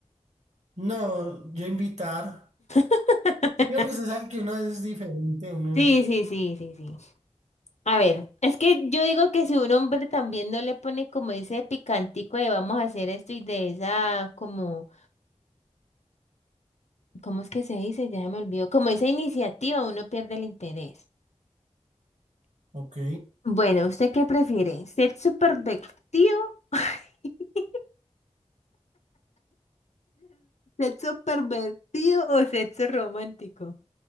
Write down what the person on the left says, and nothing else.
<laughs>
Sí, sí, sí, sí, sí. A ver, es que yo digo que si un hombre también no le pone como ese picantico de vamos a hacer esto y de esa como, ¿cómo es que se dice? Ya me olvidó, como esa iniciativa uno pierde el interés.
Bueno, ¿usted qué prefiere? ¿Ser supervertido? <laughs> ¿Sexo pervertido o sexo romántico?